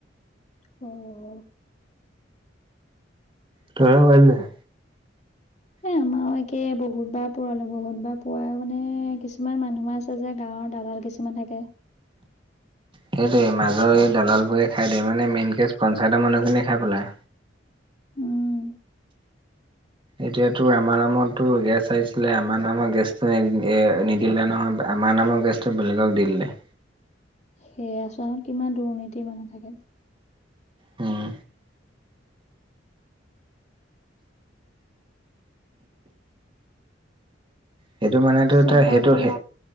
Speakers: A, on the left; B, on the right.
A: অ।
B: ত‌ই পালি নাই? উ।
A: আমাৰও একে বহুত বাৰ পোৱালো বহুত বাৰ পুৱাইও মানে কিছুমান মানুহ আছে যে গাঁৱৰ দালাল কিছুমান। কিছুমান থাকে।
B: সেইটোৱেই মাজৰ এই দালাল বোৰে খাই দিয়ে মানে মেইন কেচ পঞ্চায়তৰ মানুহখিনিয়ে খাই পেলাই।
A: উম।
B: এতিয়াতো আমাৰ নামতো গেছ আহিছিলে আমাৰ নামত গেছটো নি এ নিদিলে নহয় আমাৰ নামৰ গেছ। ত বেলেগক দিলি নে।
A: সেই আচৰণ কিমান দুৰ্নীতিৰ মানুহ থাকে।
B: উম। সেইটো মানেটো
A: চৰকাৰকতো
B: এতিয়া সেইটোহে